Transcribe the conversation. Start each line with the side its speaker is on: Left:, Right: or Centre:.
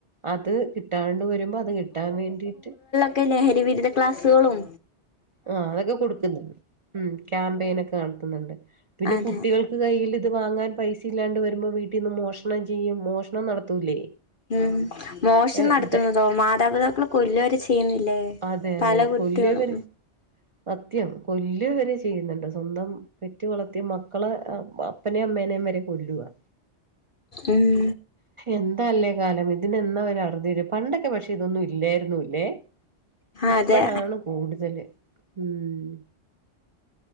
Right: അത് കി ട്ടാണ്ട് വരുമ്പോ അത് കിട്ടാൻ വേണ്ടീട്ട്
Left: ക്കെ ലഹരിവിരുദ്ധ ക്ലാസ്സ്കളും
Right: ആഹ് അതൊക്കെ കൊടുക്ക്ന്ന്ണ്ട് ഉം ക്യാമ്പയിനൊക്കെ നടത്തുന്ന്ണ്ട് പിന്നെ
Left: അതെ
Right: കുട്ടികൾ ക്ക് ഇത് കയ്യിൽ ഇത് വാങ്ങാൻ പൈസ ഇല്ലാണ്ട് വരുമ്പോ വീട്ടീന്ന് മോഷണം ചെയ്യും മോഷണം നടത്തൂലേ
Left: ഉം മോശം
Right: ഏഹ്
Left: നടത്തുന്നതോ
Right: ഇത്
Left: മാതാപിതാക്കളെ കൊല്ലു വരെ ചെയ്യുന്നില്ലേ
Right: അതെ
Left: പല
Right: അതെ
Left: കുട്ടികളും
Right: കൊല്ല ഇവര് സത്യം കൊല്ല് വരെ ചെയ്യുന്നുണ്ട് സ്വന്തം പെറ്റ് വളർത്തിയ മക്കള് അ പ്പനേം അമ്മേനേം വെരെ കൊലൂ ആ
Left: ഉം
Right: എന്താല്ലേ കാലം ഇതിനെന്നാ ഒര് അറുതി വരും പണ്ടൊക്കെ പക്ഷെ ഇതൊന്നും ഇല്ലായിരുന്നുല്ലേ ഇപ്പഴാണ്
Left: അതെ
Right: കൂട്തല് ഉം